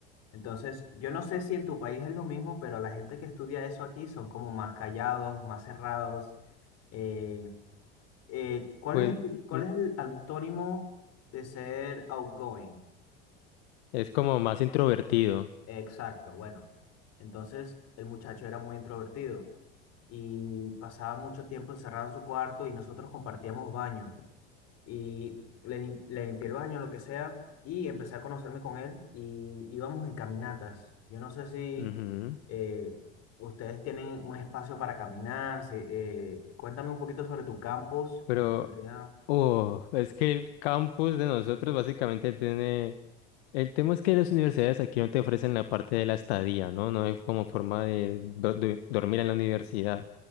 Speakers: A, on the left; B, on the left.
A: Entonces, yo no sé si en tu país es lo mismo, pero la gente que estudia eso aquí son como más callados, más cerrados. Eh, eh, ¿cuál
B: Pues
A: es, el- cuál
B: mm,
A: es el antónimo de ser outgoing?
B: es como más introvertido.
A: Exacto, bueno. Entonces, el muchacho era muy introvertido y pasaba mucho tiempo encerrado en su cuarto y nosotros compartíamos baño. y le, lim- le limpié el baño, lo que sea, y empecé a conocerme con él y íbamos en caminatas. Yo no sé si
B: Ujú.
A: eh, ustedes tienen un espacio para caminar, si, eh, cuéntame un poquito sobre tu campus,
B: Pero,
A: me encantaría...
B: oh, es que el campus de nosotros básicamente tiene... El tema es que las universidades aquí no te ofrecen la parte de la estadía, ¿no? No hay como forma de, do- de dormir en la universidad.